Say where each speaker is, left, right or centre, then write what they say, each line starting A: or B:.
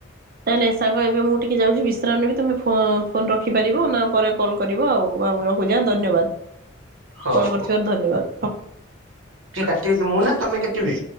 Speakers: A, on the right; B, on the right.
A: ନାଇଁ ନାଇଁ ସାଙ୍ଗ ଏବେ ମୁଁ ଟିକେ ଯାଉଛି ବିଶ୍ରାମ ନେବି ତମେ ଫୋ ଫୋନ ରଖିପାରିବ ନା ପରେ କଲ୍ କରିବ ଆଉ ଆଉ ରଖୁଛି ଆଁ ଧନ୍ୟବାଦ।
B: ହଉ
A: କଲ
B: ହଉ
A: କରିଥିବାରୁ ଧନ୍ୟବାଦ।
B: କିଏ କାଟିବେ କି ମୁଁ ନା ତମେ କାଟିବେ?